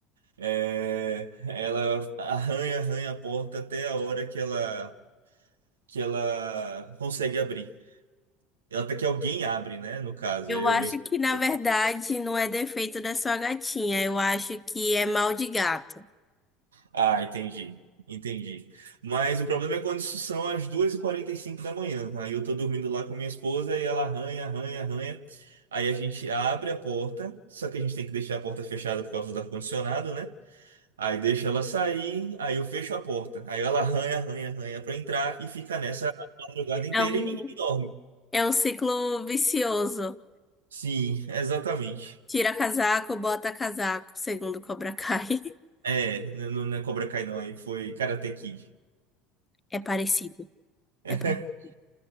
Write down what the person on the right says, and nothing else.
É, ela arranha, arranha a porta até a hora que ela, que ela consegue abrir. Até que alguém abre, né? No caso,
eu,
minha esposa.
Ah, entendi. Entendi. Mas o problema é quando isso são as duas e quarenta e cinco da manhã. Aí eu tô dormindo lá com minha esposa e ela arranha, arranha, arranha. Aí a gente abre a porta, só que a gente tem que deixar a porta fechada por causa do ar-condicionado, né? Aí deixa ela sair, aí eu fecho a porta. Aí ela arranha, arranha, arranha pra entrar e fica nessa a madrugada inteira
e ninguém dorme.
Sim, exatamente.
É, n- n- não é Cobra Kai não, aí foi Karate Kid.
<laughs>